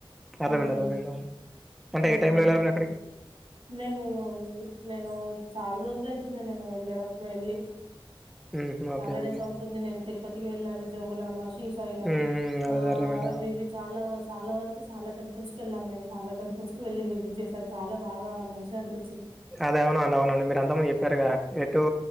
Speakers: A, in the centre; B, on the right.
A: అర్థమైంది
B: హ్మ్
A: అర్థమైంది అంటే
B: హ్మ్
A: ఏ టైమ్ లో వెళ్ళారు మీరు అక్కడికి
B: మేము నేను చాలా రోజులు అయితుంది నేను వెళ్ళడం వెళ్ళి
A: హ్మ్ ఓకే
B: హాలిడేస్
A: ఓకే
B: అవుతుంది నేను తిరుపతికి వెళ్ళాను జోగులాంబా, శ్రీశైలం
A: హ్మ్ హ్మ్. అదే
B: ఆ
A: అదే అర్థమైంది
B: అవి
A: ఆ!
B: ఇవి చాలా చాలా వరకు చాలా టెంపుల్స్ కి వెళ్లాను నేను చాలా టెంపుల్స్ కి వెళ్ళి విజిట్ చేశాను చాలా బాగా మంచిగా అనిపి
A: అదే అవునండి అవునండి మీరు అంతకుముందు చెప్పారుగా టూ